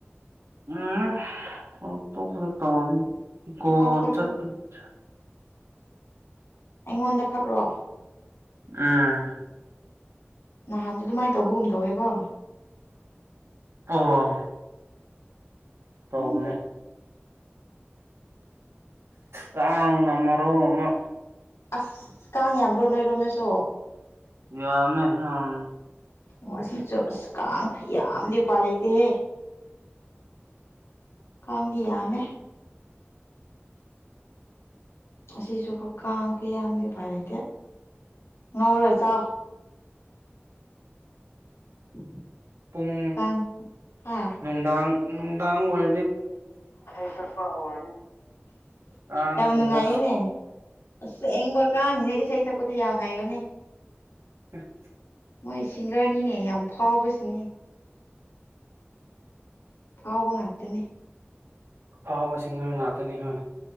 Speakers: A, on the right; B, on the left.
A: <unintelligible>
B: ꯑꯩꯉꯣꯟꯗ ꯈꯛꯇ ꯑꯩꯉꯣꯟꯗ ꯈꯛꯔꯣ
A: ꯑꯥ
B: ꯅꯍꯥꯟꯁꯨ ꯑꯗꯨꯃꯥꯏꯅ ꯇꯧꯕꯒꯨꯝ ꯇꯧꯋꯦꯕꯣ
A: ꯑꯣ ꯇꯧꯕꯅꯦ
B: ꯈꯪꯗꯦ
A: ꯑꯁ ꯀꯥꯡꯅ ꯃꯔꯣꯃ
B: ꯑꯁ ꯀꯥꯡ ꯌꯥꯝꯕ꯭ꯔꯣ ꯅꯣꯏꯔꯣꯝꯗꯁꯨ
A: ꯌꯥꯝꯃꯦ ꯎꯝ
B: ꯑꯣ ꯁꯤꯆꯨ ꯑꯁ ꯀꯥꯡ ꯈꯨꯌꯥꯝꯗꯤ ꯎꯄꯥꯏ ꯂꯩꯇꯦꯍꯦ ꯀꯥꯡꯗꯤ ꯌꯥꯝꯃꯦ ꯑꯁꯤꯁꯨ ꯕ ꯀꯥꯡ ꯈꯨꯌꯥꯝ ꯗꯤ ꯎꯄꯥꯏ ꯂꯩꯇꯦ ꯉꯧꯔ ꯆꯥꯎ <inaudible>
A: ꯄꯨꯡ
B: ꯀꯥꯡ ꯍꯥ
A: ꯅꯨꯡꯗꯥꯡ ꯅꯨꯡꯗꯥꯡ ꯑꯣꯏ
B: ꯏꯁꯩ ꯁꯛꯄ ꯍꯧꯔꯅꯤ
A: ꯀꯥꯡꯁꯤꯡꯅ
B: ꯌꯥꯝ ꯅꯨꯡꯉꯥꯏꯌꯦꯅꯦ ꯑꯁꯦꯡꯕ ꯀꯥꯡꯖꯦ ꯏꯁꯩ ꯁꯛꯄꯗꯤ ꯌꯥꯝ ꯍꯩꯕꯅꯦ
A: <inaudible>
B: ꯃꯣꯏ ꯁꯤꯡꯒ꯭ꯔꯅꯤꯅꯦ ꯌꯥꯝ ꯐꯥꯎꯕꯁꯤꯡꯅꯤ ꯐꯥꯎꯕ ꯉꯥꯛꯇꯅꯤ
A: ꯐꯥꯎꯕ ꯁꯤꯡꯒꯔ ꯉꯥꯛꯇꯅꯤ ꯍꯥ